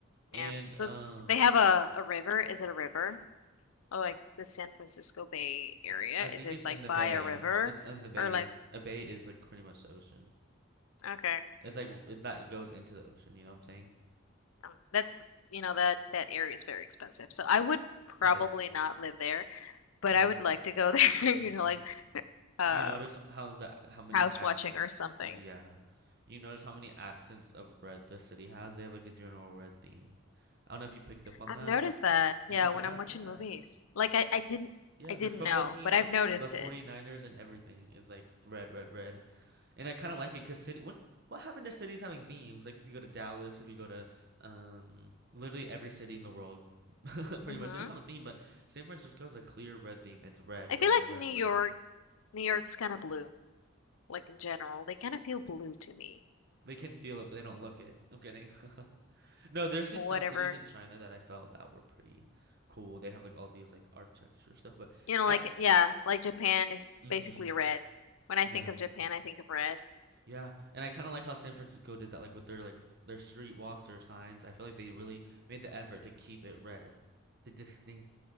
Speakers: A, on the left; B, on the right.
A: Yeah.
B: And
A: So
B: um
A: they have a, a river. Is it a river? Or like the San Francisco Bay Area?
B: I think
A: Is it
B: it's
A: like
B: in the
A: by
B: bay.
A: a river?
B: It's in the bay.
A: Or like,
B: A bay is like pretty much the ocean.
A: okay.
B: It's like if that goes into the ocean, you know what I'm saying?
A: um, That, you know, that that area is very expensive. So I would probably
B: It is.
A: not live there, but
B: Yeah.
A: I would like to go there,
B: Mm-hmm.
A: <laughs> you know, like uh
B: You notice how the how many
A: house
B: acts
A: watching or something.
B: yeah. You notice how many accents of red the city has? They have like a general red theme. I don't know if you picked up on
A: I've
B: that.
A: noticed that.
B: Did
A: Yeah,
B: you know
A: when
B: that?
A: I'm watching
B: Yeah.
A: movies. Like I, I didn't
B: Yeah,
A: I didn't
B: their football
A: know,
B: team,
A: but I've
B: the f-
A: noticed
B: the 49ers
A: it.
B: and everything is like red, red, red. And I kind of like it because city. What what happened to cities having themes? Like if you go to Dallas, if you go to um, literally every city in the world, <laughs> pretty
A: hmm
B: much they don't have a theme. But San Francisco has a clear red theme. It's red,
A: I
B: red,
A: feel like
B: red,
A: New York,
B: red.
A: New York's kind of blue, like in general. They kind of feel blue to me.
B: They can feel it, but they don't look it. I'm kidding. <laughs> No, there's just
A: Whatever.
B: some cities in China that I felt that were pretty cool. They have like all these like architecture stuff, but
A: You know,
B: I,
A: like yeah, like Japan is
B: mm-hmm,
A: basically red. When I
B: yeah.
A: think of Japan, I think of red.
B: Yeah, and I kind of like how San Francisco did that, like with their like their street walks or signs. I feel like they really made the effort to keep it red, to distinct